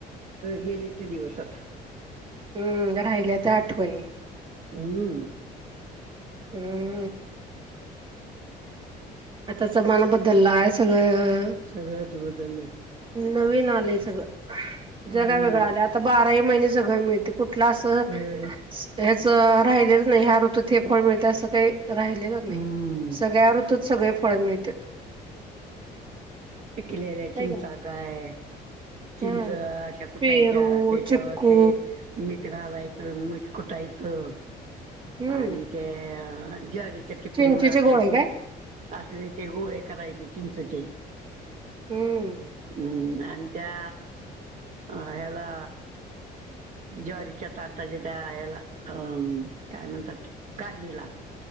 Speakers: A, on the right (about 45°); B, on the right (about 30°).
A: गेले ते दिवस आता
B: हम् राहिल्या त्या आठवणी,
A: हम्म
B: हम्म आता जमान बद्दललाय सगळं
A: सगळंच बदललेय
B: नवीन आले सगळं.
A: हम्म
B: जगा वेगळं आला आता बाराही महिने सगळ मिळते कुठला असं
A: होय
B: ह्याच राहिलेलं नाही ह्या ऋतूत हे फळ मिळत असं काही राहिलेलं नाही
A: हम्म
B: सगळ्या ऋतूत सगळे फळ मिळत्यात
A: पिकलेल्या
B: काय
A: चिंचा
B: केलं
A: काय. चिंच
B: हम्म.
A: अशा कुटायच्या
B: पेरू,
A: त्याच्यावर
B: चिक्कू
A: ते. मीठ घालायचं मीठ कुटायचं
B: हम्म
A: आणि ते, ज्वारीच्या टिपरीवर
B: चिंचेचे
A: असलेले
B: गोळे काय?
A: बोट. असले ते गोळे करायचे चिंचचे
B: हम्म
A: हम् आणि त्या ह्याला. ज्वारीच्या ताटाच्या त्या याला अ काय म्हणतात ते कांदीला.